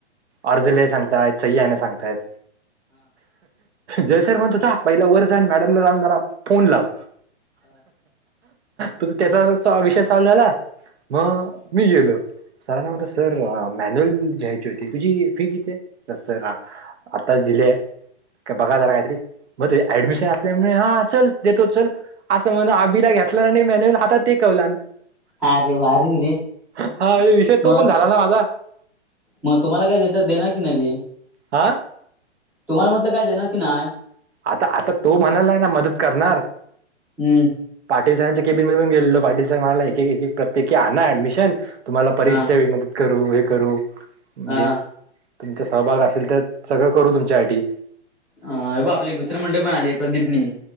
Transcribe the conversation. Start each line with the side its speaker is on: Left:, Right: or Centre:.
Right: अर्ज लय सांगताय, सही सांगतायत जयसर म्हणत होता, पहिला वर जा अन् मॅडमला लावून मला फोन लाव. तू त्याचा विषय चालू झाला, मग. मी गेलो, सरांने म्हणलो सर मॅन्युअल घ्यायची होती तुझी फी किती आहे तसं रा आताच दिलेय काय बघा जरा काहीतरी, मग त ऍडमिशन असल्यामुळे हा चल देतो चल. असं म्हणून आबिला घेतला आणि मॅन्युल हातात टेकवला.
Centre: अरे भारी रे
Right: हा म्हणजे विषय तो
Centre: मग
Right: पण झाला ना माझा.
Centre: मग तुम्हाला काय देेत, देणार की नाही हे?
Right: हा.
Centre: तुम्हाला म्हटलं, काय देणार की नाही?
Right: आता आता, तो म्हणाला आहे ना मदत करणार.
Centre: हम्म.
Right: पाटील सरांच्या केबिनमधून गेलेलो, पाटील सर मणाला एक एक प्रत्येकी आण ऍडमिशन. तुम्हाला परीक्षेच्या
Centre: हा
Right: वेळेस मदत करू, हे करू. म्हणजे
Centre: हा
Right: तुमचा सहभाग असेल तर सगळं करू तुमच्यासाठी.
Centre: हा हे बघ आपले मित्रमंडळ पण आले प्रदीपनी.